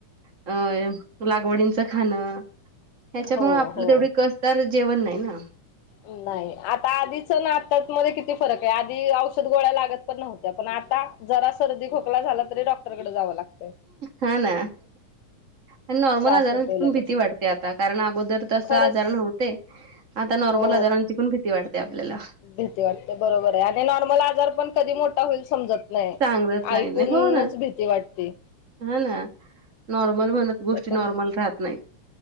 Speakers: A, on the right (about 35°); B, on the left (about 80°).
A: अ लागवडींचं खाणं ह्याच्या
B: हो
A: प्
B: हो
A: कसतार जेवण नाही ना.
B: नाही आता ना आत मध्ये किती आहे आधी औषध. गोळ्या लागत पण नव्हत्या पण आता जरा सर्दी खोकला झाला तरी डॉक्टरकडे जावं लागत.
A: हा ना. आणि नॉर्मल
B: त्रास
A: आजारांची
B: होतोय
A: पण
B: लगेच
A: भीती वाढते आता कारण अगोदर तसा
B: खरंच
A: आजार नव्हत. ते आता नॉर्मल
B: हो
A: आजारांची पण भीती वाटते आपल्याला.
B: भीती वाटते बरोबर आहे आणि नॉर्मल आजार पण कधी मोठा होईल समजत. नाही
A: सांगत नाही
B: ऐकूनच
A: ना. हो ना
B: भीती वाटते.
A: हा ना. नॉर्मल म्हणत गोष्टी
B: त्याच्या
A: नॉर्मल राहत नाही.